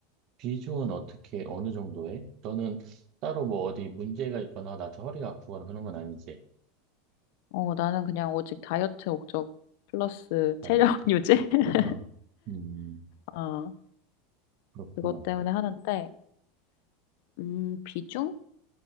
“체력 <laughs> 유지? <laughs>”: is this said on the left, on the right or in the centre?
Left